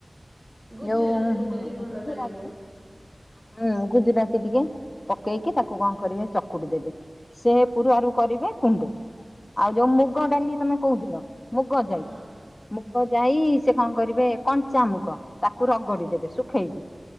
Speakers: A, in the centre; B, on the left.
A: ଗୁଜୁରାତି
B: ଯୋଉ
A: ଗୁଣ୍ଡ ବି ଭଲ
B: ଗୁଜୁରାତି
A: ନାଗିବ।
B: ହୁଁ ଗୁଜୁରାତି ଟିକେ ପକେଇକି ତାକୁ କଣ କରିବେ ଚକୁଡି ଦେବେ ସେ ପୂରୁ ଆରୁ କରିବେ କୁଣ୍ଡେ। ଆଉ ଯୋଉ ମୁଗ
A: ହଁ
B: ଡାଲି ତମେ କହୁଥିଲ ମୁଗ ଯାଇ
A: ହଁ
B: ମୁ ମୁଗ ଯାଇ ସେ କଣ କରିବେ କଞ୍ଚାାମୁଗ ତାକୁ ରଗଡି ଦେବେ ଶୁଖେଇକି।